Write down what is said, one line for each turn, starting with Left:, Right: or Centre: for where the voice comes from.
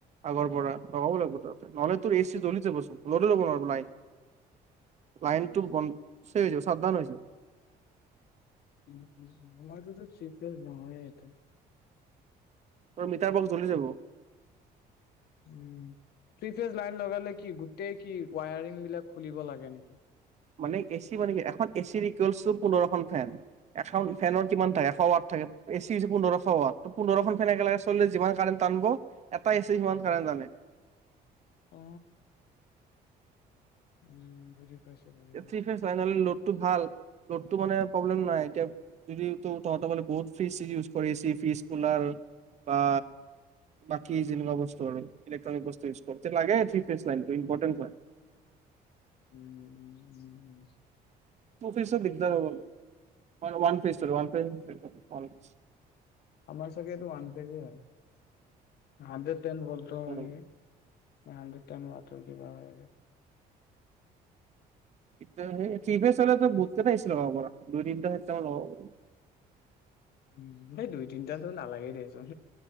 Right: আগৰ পৰা লগাব লাগিব ত নহ'লে তোৰ এ চি জ্বলি যাবচোন লদ ল'ব নোৱাৰো লাইন লাইনটো ব চ হৈ চাপদন হৈ যাব।
Left: উ উ আমাৰটোতো চিপিয়ছ নহয় এটো।
Right: তোৰ মিটাৰ বক্স জ্বলি যাব।
Left: উম থি ফেজ লাইন লগালে কি গোটেই কি ৱায়াৰিং বিলাক খুলিব লাগে নেকি।
Right: মানে এচি মানে কি এখন এচিৰো পোন্ধৰখন ফেন এখন ফেনৰ কিমান থাকে এশ ৱাৰ্ট থাকে এচি হৈছে পোন্ধৰশ ৱাৰ্ট পোন্ধৰখন ফেন একেলগে চলিলে যিমান কাৰেণ্ট টানিব এটা এচি সিমান কাৰেণ্ট টানে।
Left: অ উম বুজি পাইছো বুজি
Right: এচি
Left: পাইছো।
Right: ফ্ৰেশ লাইন লোডটো ভাল লোড মানে প্ৰব্লেম নাই এতিয়া যদি ত তহঁতৰ মানে ফ্ৰিছ ইউজ কৰিছে কোলাৰ বা বাকী যেনেকুৱা বস্তু আৰু ইলেক্ট্ৰনিক বস্তু ইউজ কৰিছে লাগে ফ্ৰেছ লাইনটো ইম্পৰ্টেণ্ট হয়।
Left: উম উম উম, উম,
Right: টো ফ্ৰেছৰ দিগদাৰ হ'ব ওৱান ফ্ৰেছৰ লাগে ওৱান ফ্ৰেছৰ।
Left: আমাৰ চাগেটো ওৱান ফ্ৰেছৰে হয় হানদেৰেত। তেন ভল্টৰ
Right: ফেজ
Left: হয় নেকি হানদ্ৰেদ তেন ৱাৰ্তৰ কিবা হয় আৰু।
Right: এতিয়া সেই থ্ৰীভেছ হ'লে টো বহুত কেইটা এচি লগাব পৰা দুই তিনিটা সাত টা মান লগাব পাৰি
Left: উ এই দুই তিনিটাতো নালাগে দেচোন